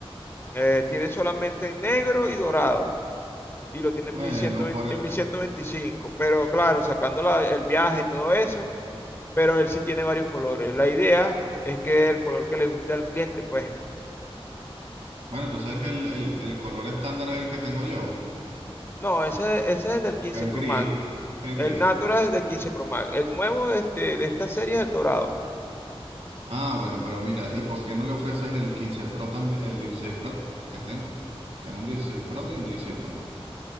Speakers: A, on the left; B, on the right.
A: eh, tiene solamente en negro y dorado, y lo tiene en
B: Bueno,
A: 1120
B: por,
A: en 1125, pero claro, sacando la- el viaje y todo eso, pero él sí tiene varios colores. La idea es que el color que le guste al cliente, pues.
B: bueno, tú sabes que el, el- el color estándar es el que tengo yo,
A: No, ese, ese es el del 15
B: el
A: Pro
B: gris,
A: Max,
B: el
A: el
B: gris.
A: Natural es el del 15 Pro Max, el nuevo de, este, de esta serie es el dorado,
B: Ah, bueno, pero mira, ¿y por qué no le ofreces el 15 Pro también, el 16 Pro que tengo? Tengo un 16 Pro y un 16 Pro Max.